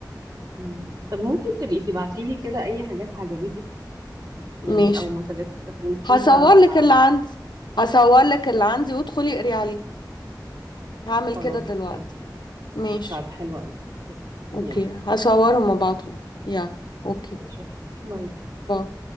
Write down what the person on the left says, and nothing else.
ماشي
هصور
لك اللي عندي هصور لك اللي
عندي وادخلي اقري عليه هعمل
كده دلوقتي
ماشي
اوكي
هصورهم وابعتهم يا اوكي
باي